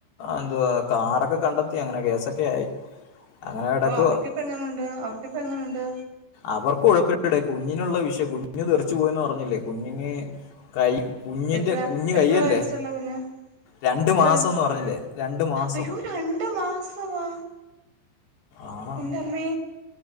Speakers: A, on the left (about 60°); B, on the right (about 60°).
A: എന്തുവാ കാറൊക്കെ കണ്ടെത്തി അങ്ങനെ കേസൊക്കെ ആയി. അങ്ങനെ കിടക്കുക
B: ഓഹ് അവർക്കിപ്പ എങ്ങനെയുണ്ട് അവർക്കിപ്പ എങ്ങനുണ്ട്?
A: അവർക്ക് കൊഴപ്പല്ലെടെ കുഞ്ഞിനുള്ള വിഷയം കുഞ്ഞു തെറിച്ചു പോയെന്ന് പറഞ്ഞില്ലേ കുഞ്ഞിന് കൈ കുഞ്ഞിന്റെ
B: എത്ര
A: കുഞ്ഞ്
B: എത്ര
A: കയ്യല്ലേ
B: വയസ്സുള്ള കുഞ്ഞാ
A: രണ്ട്
B: എത്ര
A: മാസംന്ന്
B: വയസ്സ്
A: പറഞ്ഞില്ലേ രണ്ട് മാസം
B: അയ്യോ രണ്ട് മാസവാ?
A: ആ
B: എൻ്റെമ്മേ